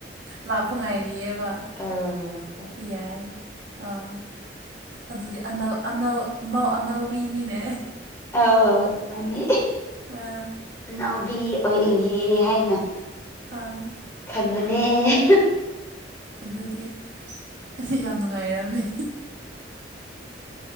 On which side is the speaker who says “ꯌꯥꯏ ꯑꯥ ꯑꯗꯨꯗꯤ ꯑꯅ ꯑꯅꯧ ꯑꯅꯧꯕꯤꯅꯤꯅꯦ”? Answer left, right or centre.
Right